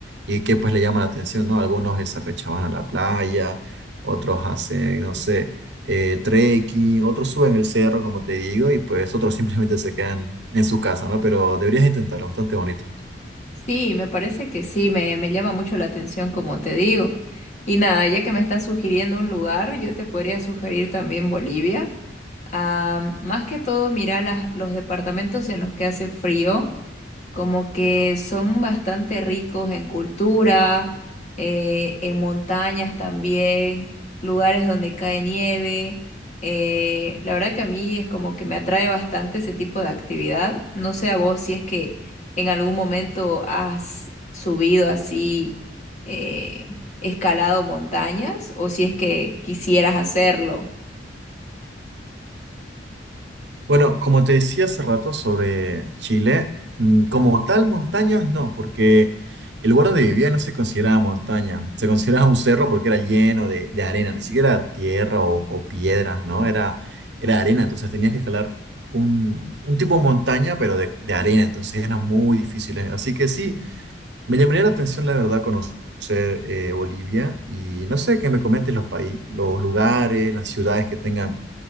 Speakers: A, on the right (about 70°); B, on the left (about 40°).
A: y qué pues le llama la atención, ¿no? Algunos esa fecha van a la playa otros hacen, no sé, eh, trekking, otros suben el cerro, como te digo, y pues otros simplemente se quedan en su casa, ¿no? Pero deberías intentarlo, bastante bonito.
B: Sí, me parece que sí, me, me llama mucho la atención, como te digo. Y nada, ya que me estás sugiriendo un lugar, yo te podría sugerir también Bolivia. Ah, más que todo, mira las, los departamentos en los que hace frío como que son bastante ricos en cultura, eh, en montañas también, lugares donde cae nieve. Eh, la verdad que a mí es como que me atrae bastante ese tipo de actividad. No sé a vos si es que en algún momento has subido así, eh, escalado montañas o si es que quisieras hacerlo.
A: Bueno, como te decía hace rato sobre Chile, mm, como tal montañas no, porque el lugar donde vivía no se consideraba montaña, se consideraba un cerro porque era lleno de, de arena, ni siquiera tierra o, o piedras, ¿no? Era, era arena, entonces tenías que escalar un, un tipo de montaña, pero de, de arena, entonces era muy difícil. ¿eh? Así que sí, Me llamaría la atención, la verdad, conocer eh, Bolivia y no sé, que me comentes los países, los lugares, las ciudades que tengan